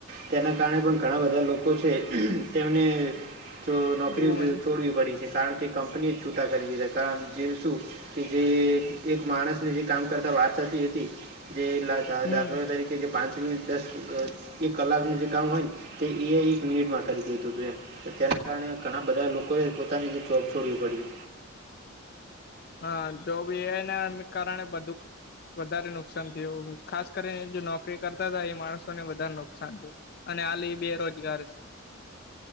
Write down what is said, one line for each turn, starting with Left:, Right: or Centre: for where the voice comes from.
Right: તેના કારણે પણ ઘણા બધા લોકો છે તેમને જો નોકરીઓ
Left: હમ
Right: છોડવી પડી. જે કારણ કે કંપનીએ જ છૂટા કરી દીધા કારણ જે શું. કે જે એક માણસને જે કામ કરતા વાર થતી હતી જે દા
Left: હમ
Right: દાખલા તરીકે. કે જે પાંચ મિનિટ દસ અ એક કલાકનું જે કામ હોય ને. તે એઆઈ એક મિનિટ માં કરી દેતું તું એમ તેના કારણે ઘણા બધા લોકોએ પોતાની જોબ છોડવી પડી.
Left: હા તો બી હેને અમુક કારણે બધું. વધારે નુકસાન થયું ખાસ કરીને જો નોકરી કરતા હતા એ માણસોને વધારે નુકસાન થયું. અને હાલી બી બેરોજગાર છે.